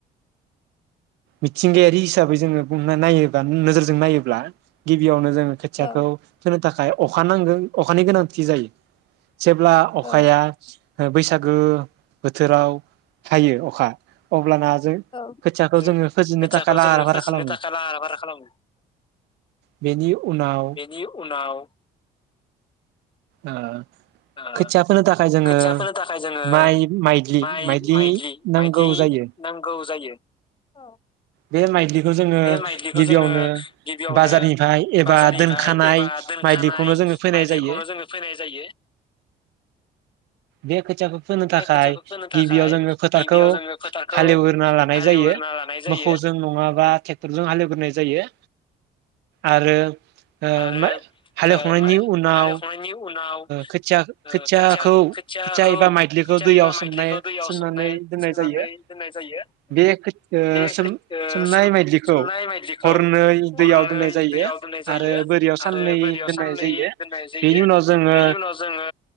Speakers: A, on the right; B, on the left.
A: मिथिंगायारि हिसाबै जोङो बुं नायोब्ला नोजोरजों नायोब्ला गिबियावनो जों खोथियाखौ
B: औ
A: फोनो थाखाय अखा नांगौ अखानि गोनांथि जायो जेब्ला अखाया
B: औ
A: हो बैसागो बोथोराव हायो अखा अब्लाना जों
B: औ
A: खोथियाखौ
B: जों
A: जोङो फोजेननो
B: खोथियाखौ
A: थाखाय लाहार
B: जोङो
A: फाहार
B: फोजेननो
A: खालामो
B: थाखाय लाहार फाहारा खालामो।
A: बेनि उनाव
B: बेनि उनाव
A: ओ
B: ओ
A: खोथिया फोनो थाखाय जोङो
B: खोथिया फोनो थाखाय जोङो
A: माइ माइग्लि
B: माइ
A: माइग्लि
B: माइदलि
A: नांगौ
B: माइदलि
A: जायो
B: नांगौ जायो औ
A: बे माइदलि खौ जोङो
B: बे माइलिखौ
A: गिबियावनो
B: जोङो गिबियावनो
A: बाजारनिफ्राय एबा
B: बाजारनिफ्राय
A: दोनखानाय
B: एबा दोनखानाय
A: माइलिखौनो जोङो फोनाय
B: माइलिखौनो
A: जायो।
B: जोङो फैनाय जायो
A: बे खोथियाखौ फोनो
B: बे
A: थाखाय
B: खोथियाखौ फोनो थाखाय
A: गिबियाव जोङो फोथारखौ
B: गिबियाव जोङो फोथारखौ
A: हालेवगोरना लानाय
B: हालेवग्रोना
A: जायो
B: लानाय जायो
A: मोखौजों नङाबा आ टेक्टरजों हालेवगोनाय जायो आरो ओ
B: आरो
A: मोइ हालेवखांनायनि
B: ओ
A: उनाव
B: हालेवखांनायनि उनाव ओ
A: खोथिया खोथियाखौ
B: खोथिया-खोथियाखौ
A: खोथिया एबा माइद्लिखौ
B: खोथिया
A: दैयाव
B: एबा माइद्लिखौ
A: सोमनाय
B: दैयाव
A: सोमनानै
B: सोमनाय
A: दोननाय
B: सोमनानै
A: जायो
B: दोननाय जायो
A: बे खो ओ
B: बे
A: सोम
B: खोथ ओ
A: सोमनाय
B: सोम
A: माइदिखौ
B: सोमनाय माइज्लिखौ
A: हरनै
B: हरनै
A: दैयाव दोननाय जायो
B: दैयाव दोननाय जायो।
A: आरो बोरियाव साननै
B: आरो बोरियाव
A: दोननाय
B: साननै
A: जायो
B: दोननाय जायो।
A: बेनि उनाव
B: अ।
A: जोङो
B: बेनि उनाव जोङो